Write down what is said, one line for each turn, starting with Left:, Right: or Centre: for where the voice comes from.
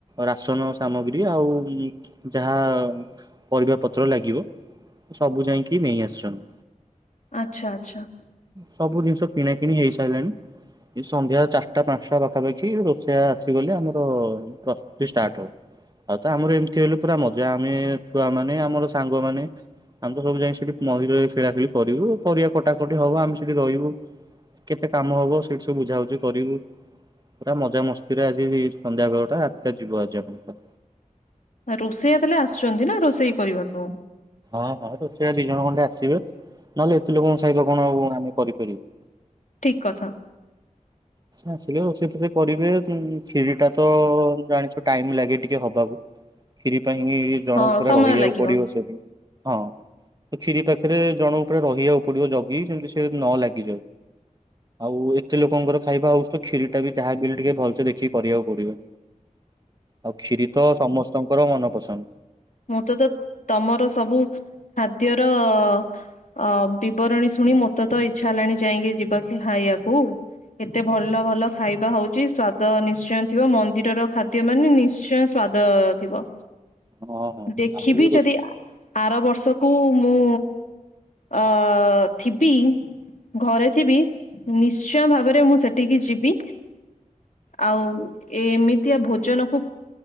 Right: ରାସନ୍ ସାମଗ୍ରୀ ଆଉ ଯାହା ପରିବା ପତ୍ର ଲାଗିବ ସବୁ ଯାଇକି ନେଇ ଆସିଛନ୍ତି।
Left: ଆଚ୍ଛା ଆଚ୍ଛା।
Right: ସବୁ ଜିନିଷ କିଣା କିିଣି ହେଇସାରିଲାଣି ସନ୍ଧ୍ୟା ଚାରିଟା ପାଞ୍ଚଟା ପାଖାପାଖି ରୋଷେଇଆ ଆସିଗଲେ ଆମର ପ୍ରସ୍ତୁତି ଷ୍ଟାର୍ଟ୍ ହବ ଆଉ ତ ଆମର ଏମିତି ହେଲେ ପୁରା ମଜା ଆମେ ଛୁଆମାନେ ଆମର ସାଙ୍ଗମାନେ ଆମେ ତ ସବୁ ଯାଇ ସେଠି ମହିର ଖେଳାଖେଳି କରିବୁ ପରିବା କଟାକ କଟି ହବ ଆମେ ସେଠି ରହିବୁ କେତେ କାମ ହବ ସେଠି ସବୁ ବୁଝାବୁଝି କରିବୁ ପୁରା ମଜା ମସ୍ତିରେ ଆଜି ସନ୍ଧ୍ୟା ବେଳଟା ରାତିଟା ଯିବ ଆଜି ଆପଣଙ୍କ
Left: ରୋଷେଇଆ ଦେଲେ ଆସୁଛନ୍ତି ନା ରୋଷେଇ କରିବାକୁ।
Right: ହଁ ହଁ ତ ସେ ଦି ଜଣ ଖଣ୍ଡେ ଆସିବେ ନହେଲେ ଏତେ ଲୋକଙ୍କ ଖାଇବା କଣ ଆମେ କରିପାରିବୁ।
Left: ଠିକ୍ କଥା।
Right: ଆସିଲେ ରୋଷେଇ ଫୋସେଇ‌ କରିବେ କ୍ଷୀରି ଟା ତ ଜାଣିଛୁ ଟାଇମ ଲାଗେ ଟିକେ ହବାକୁ କି ସେଥି ପାଇଁ କି ଜଣଙ୍କ
Left: ହଁ
Right: ପୁରା
Left: ସମୟ
Right: ରହିିବାକୁ
Left: ଲାଗିବ
Right: ପଡ଼ିବ ସେଠି। ହଁ କ୍ଷୀରି ପାଖରେ ଜଣ ପରେ ରହିବାକୁ ପଡ଼ିବ ଜଗିକି ଯେମିତି ସେ ନ ଲାଗିଯାଉ ଆଉ ଏତେ ଲୋକଙ୍କର ଖାଇବା ହଉଛି କ୍ଷୀରି ଟା ବି ଯାହା ବି ହେଲେ ଟିକେ ଭଲ ସେ ଦେଖିକି କରିବାକୁ ପଡ଼ିବ। ଆଉ କ୍ଷୀରି ତ ସମସ୍ତଙ୍କୁ କର ମନପସନ୍ଦ।
Left: ମୁଁ ତ ତ ତମର ସବୁ ଖାଦ୍ୟର ଅ ବିବରଣୀ ଶୁଣି ମୋତେ ତ ଇଚ୍ଛା ହେଲାଣି ଯାଇକି ଯିବାକି ଖାଇବାକୁ ଏତେ ଭଲ ଭଲ ଖାଇବା ହଉଚି ସ୍ଵାଦ ନିଶ୍ଚୟ ଥିବ ମନ୍ଦିର ର ଖାଦ୍ୟ ମାନେ ନିଶ୍ଚୟ ସ୍ଵାଦ ଥିବ।
Right: ହଁ ହଁ
Left: ଦେଖିବି
Right: ଆଉ ରୋଷେ
Left: ଯଦି ଆର ବର୍ଷକୁ ମୁଁ ଅ ଥିବି ଘରେ ଥିବି ନିଶ୍ଚୟ ଭାବରେ ମୁଁ ସେଠିକି ଯିବି ଆଉ ଏମିତିଆ ଭୋଜନକୁ